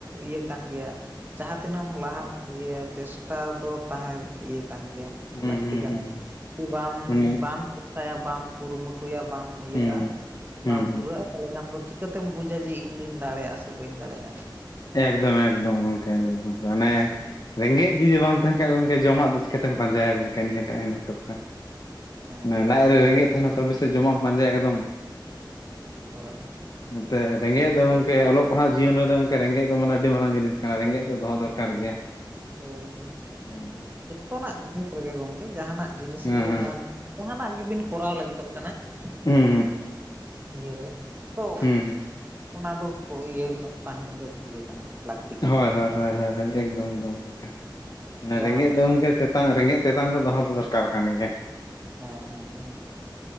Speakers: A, on the right; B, on the left.
A: ᱤᱭᱟᱹ ᱠᱟᱱ ᱜᱮᱭᱟᱼᱼ ᱡᱟᱦᱟᱸ ᱛᱤᱱᱟᱹᱜ ᱮᱢ ᱞᱟᱦᱟ ᱤᱭᱟᱹ ᱪᱮᱥᱴᱟ ᱫᱚ ᱛᱟᱦᱮᱸᱱ ᱤᱭᱟᱹᱼᱼ ᱠᱟᱱ ᱜᱮᱭᱟ
B: ᱦᱩᱸ
A: ᱞᱟᱠᱛᱤ
B: ᱦᱩᱸ
A: ᱠᱟᱱᱟ
B: ᱦᱩᱸ ᱦᱩᱸ
A: ᱡᱩᱫᱤ ᱵᱟᱢ
B: ᱢᱟᱱᱮ
A: ᱵᱟᱢ ᱪᱮᱥᱴᱟᱭᱟ ᱵᱟᱢ ᱠᱩᱨᱩᱢᱩᱴᱩᱭᱟᱼᱼ ᱴᱩᱭᱟ ᱵᱟᱢ ᱤᱭᱟᱹᱜ-ᱟ
B: ᱦᱩᱸ ᱦᱩᱸ
A: ᱵᱟᱢ
B: ᱦᱩᱸ
A: ᱫᱷᱩᱨᱟᱹᱜ-ᱟᱼᱼ ᱛᱟᱦᱚᱞᱮ ᱠᱷᱟᱱ ᱫᱚ ᱪᱤᱠᱟᱹᱛᱮᱢ ᱵᱩᱡᱟ ᱡᱮ ᱤᱧ ᱫᱩᱧ ᱫᱟᱲᱮᱭᱟᱜ-ᱟ ᱥᱮ ᱵᱟᱹᱧ ᱫᱟᱲᱮᱭᱟᱜ-ᱟ᱾
B: ᱮᱠᱫᱚᱢ-ᱮᱠᱫᱚᱢ ᱜᱚᱝᱠᱮ ᱮᱠᱫᱚᱢ ᱢᱟᱱᱮ ᱨᱮᱸᱜᱮᱡ ᱡᱩᱫᱤ ᱵᱟᱝᱼᱼ ᱛᱟᱦᱮᱱ ᱠᱷᱟᱡ ᱜᱚᱝᱠᱮ ᱡᱚᱢᱟᱜ ᱫᱚ ᱪᱤᱠᱟᱹᱛᱮᱢ ᱯᱟᱸᱡᱟᱭᱟ ᱜᱚᱝᱠᱮ ᱱᱤᱭᱟᱹ ᱴᱟᱜ ᱦᱩᱭᱱᱟ ᱠᱟᱛᱷᱟ᱾
A: ᱦᱮᱸ
B: ᱢᱟᱱᱮ
A: ᱦᱮᱸ
B: ᱞᱟᱡ ᱨᱮ ᱨᱮᱸᱜᱮᱡ ᱛᱟᱦᱮᱸᱱᱟ ᱛᱚᱵᱮ ᱥᱮᱫ ᱡᱚᱢᱟᱜ ᱮᱢ ᱯᱟᱸᱡᱟᱭᱟ ᱮᱠᱫᱚᱢ,
A: ᱦᱳᱭ
B: ᱮᱱᱛᱮᱫ ᱨᱮᱸᱜᱮᱡ ᱫᱚ ᱜᱚᱝᱠᱮ ᱚᱞᱚᱜ ᱯᱟᱲᱦᱟᱜ ᱡᱤᱭᱚᱱ ᱨᱮᱫᱚ ᱜᱚᱝᱠᱮ ᱨᱮᱸᱜᱮᱡ ᱫᱚ ᱢᱟᱱᱮ ᱟᱹᱰᱤ ᱢᱟᱨᱟᱝ ᱡᱤᱱᱤᱥ ᱠᱟᱱᱟ ᱨᱮᱸᱜᱮᱡ ᱫᱚ ᱫᱚᱦᱚ ᱫᱚᱨᱠᱟᱨ ᱜᱮᱭᱟ᱾
A: ᱦᱳᱭ-ᱦᱳᱭ
B: ᱦᱮᱸ
A: ᱡᱚᱛᱚᱱᱟᱜ ᱡᱤᱱᱤᱥ ᱨᱮᱜᱮ ᱜᱚᱝᱠᱮ ᱡᱟᱦᱟᱸᱱᱟᱜ ᱡᱤᱱᱤᱥ
B: ᱦᱮᱸ
A: ᱨᱮᱜᱮ ᱡᱟᱦᱟᱸᱱᱟᱜᱼᱼ ᱡᱟᱦᱟᱱᱟᱜ ᱜᱮ ᱵᱤᱱ ᱠᱚᱨᱟᱣ ᱞᱟᱹᱜᱤᱫᱚᱜ ᱠᱟᱱᱟ
B: ᱦᱩᱸ
A: ᱱᱤᱭᱟᱹ ᱤᱭᱟᱹᱨᱮ ᱛᱚᱼᱼ
B: ᱦᱩᱸ-ᱦᱩᱸ
A: ᱚᱱᱟ ᱫᱚ ᱠᱚ ᱤᱭᱟᱹ ᱛᱟᱦᱮᱸᱱ ᱜᱮ ᱤᱭᱟᱹ ᱠᱟᱱᱟ᱾ ᱞᱟᱹᱠᱛᱤ ᱠᱟᱱᱟ
B: ᱦᱳᱭ-ᱦᱳᱭ-ᱦᱳᱭ-ᱦᱳᱭ-ᱦᱳᱭ-ᱦᱳᱭ
A: ᱦᱮᱸ
B: ᱮᱠᱫᱚᱢ-ᱮᱠᱫᱚᱢ ᱚᱱᱠᱟ ᱚᱱᱟ
A: ᱡᱟᱦᱟᱱᱟᱜ
B: ᱨᱮᱸᱜᱮᱡ ᱫᱚ ᱜᱚᱝᱠᱮ ᱛᱮᱛᱼᱼ ᱛᱮᱛᱟᱝ ᱨᱮᱸᱜᱮᱡ ᱛᱮᱛᱟᱝ ᱫᱚ ᱫᱚᱦᱚ ᱫᱚ ᱫᱚᱨᱠᱟᱨ ᱠᱟᱱ ᱜᱮᱭᱟ᱾
A: ᱦᱮᱸ-ᱦᱮᱸ-ᱦᱮᱸ